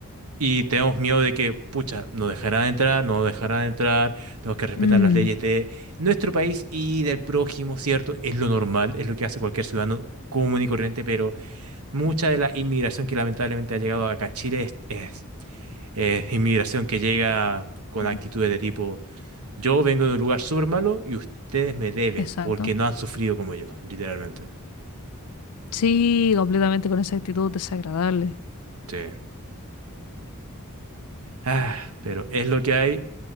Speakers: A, on the right; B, on the left.
A: y tenemos miedo de que, pucha, no dejará de entrar, no dejará de entrar, tenemos que respetar
B: Mm,
A: las leyes de nuestro país y del prójimo, ¿cierto? Es lo normal, es lo que hace cualquier ciudadano común y corriente, pero mucha de la inmigración que lamentablemente ha llegado acá a Chile es, eh, inmigración que llega con
B: ujú.
A: actitudes de tipo, yo vengo de un lugar súper malo y ustedes me deben
B: Exacto.
A: porque no han sufrido como yo, literalmente.
B: Sí, completamente con esa actitud desagradable.
A: Sí. Ah, pero es lo que hay.